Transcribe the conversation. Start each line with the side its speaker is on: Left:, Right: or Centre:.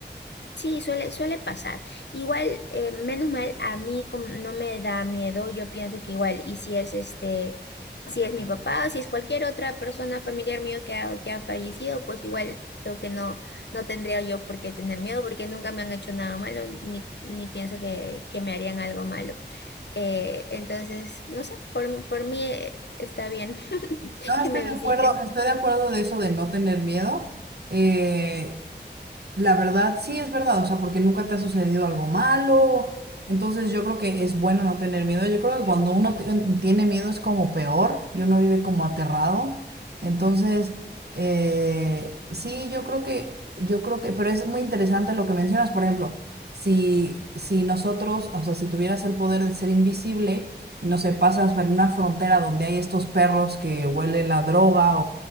Left: Sí, suele, suele pasar. Igual, eh, menos mal, a mí como no me da miedo. Yo pienso que igual, y si es este, si es mi papá, si es cualquier otra persona familiar mío que ha, que ha fallecido, pues igual creo que no, no tendría yo por qué tener miedo, porque nunca me han hecho nada malo, ni, ni pienso que, que me harían algo malo. Eh, entonces, no sé, por, por mí eh, está bien <laughs>
Right: No,
Left: que
Right: estoy
Left: me
Right: de
Left: visiten.
Right: acuerdo, estoy de acuerdo de eso de no tener miedo. Eh, La verdad, sí es verdad, o sea, porque nunca te ha sucedido algo malo, entonces yo creo que es bueno no tener miedo. Yo creo que cuando uno ti- tiene miedo es como peor y uno vive como aterrado. Entonces, eh, sí, yo creo que, yo creo que, pero es muy interesante lo que mencionas, por ejemplo, si, si nosotros, o sea, si tuvieras el poder de ser invisible y no sé, pasas por una frontera donde hay estos perros que huelen la droga